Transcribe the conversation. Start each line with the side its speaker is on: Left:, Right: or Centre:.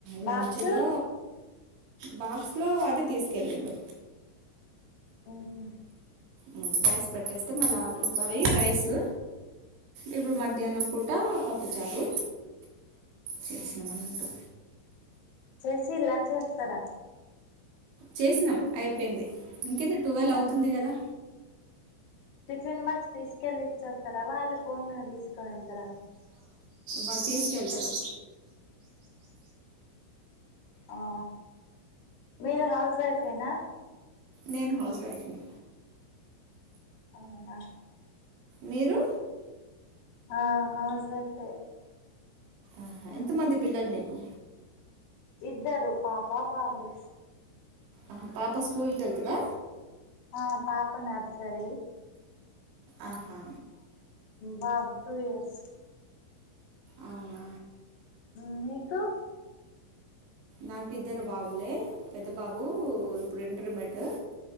Right: లంచ్లో
Left: బాక్స్
Right: బాక్స్లో అది తీసుకెళ్ళిండు.
Left: ఓహో
Right: ఉమ్ రైస్ పెట్టేస్తే. మళ్ళా ఆలు కర్రీ, రైసు. ఇప్పుడు మధ్యాహ్నం పూట పప్పుచారు. చేసినమన్నట్టు
Left: చేస్సిలా. చేస్తారా?
Right: చేసినాం అయిపేయింది. ఇంకేంది టువెల్ అవుతుంది
Left: ఆహా
Right: గదా.
Left: టిఫిన్ బాక్స్ తీసుకెళ్ళి ఇచ్చోస్తారా? వాళ్ళు పోవంగనే తీసుకని వెళ్తారా?
Right: వాల్ తీసుకెళ్తారు.
Left: ఆ మీరు హౌస్ వయిఫెనా
Right: నేన్ హౌస్ వైఫ్ని
Left: అవునా
Right: మీరు
Left: ఆ హౌస్ వైఫె
Right: ఆహా ఎంతమంది పిల్లల్ నీకు?
Left: ఇద్దరు పాప, బాబు.
Right: ఆహా పాప స్కూల్కి వెళ్తదా?
Left: ఆ పాప నర్సరి
Right: ఆహా
Left: బాబ్ టూ ఇయర్స్
Right: అవునా
Left: ఉమ్ మీకు
Right: నాకిద్దరు బాబులే. పెద్ద బాబు ఇప్పుడు ఇంటర్మేట్.